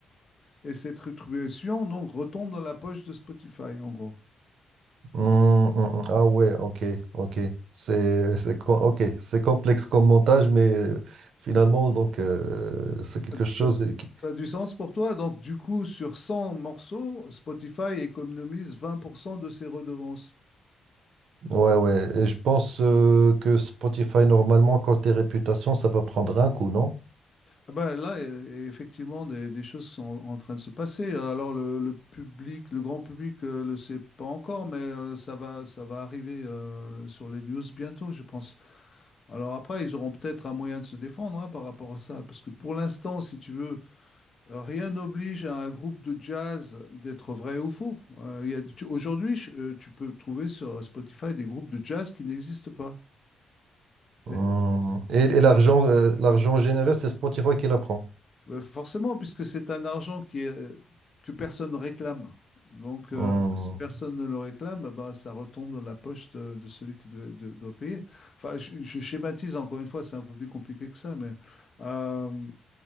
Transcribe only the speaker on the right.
Hum, hum, hum. Ah ouais, ok, ok. C'est, c'est, co- ok, c'est complexe comme montage, mais euh, finalement, donc, euh, c'est quelque chose.
qui-
Ouais, ouais. Et je pense euh, que Spotify, normalement, côté réputation, ça va prendre un coup, non?
Hum. Et, et l'argent, euh, l'argent généré, c'est Spotify qui la prend.
Hum.